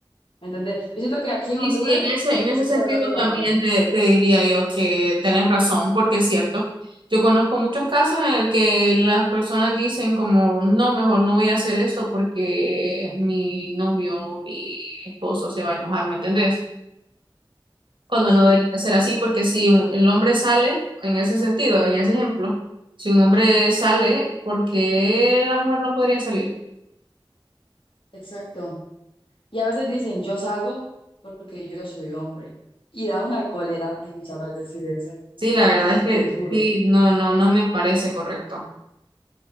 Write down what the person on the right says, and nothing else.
Y
sí, en ese, en ese
sentido
también te, te diría yo que tenés razón, porque es cierto. Yo conozco muchos casos en el que las personas dicen como, no, mejor no voy a hacer esto porque mi novio, mi esposo se va a enojar, ¿me entendés? Cuando
no debería ser así, porque si un- el hombre sale, en ese sentido, en ese ejemplo, si un hombre sale, ¿por qué la mujer no podría salir?
Sí, la verdad
es
que
sí, no, no, no me parece correcto.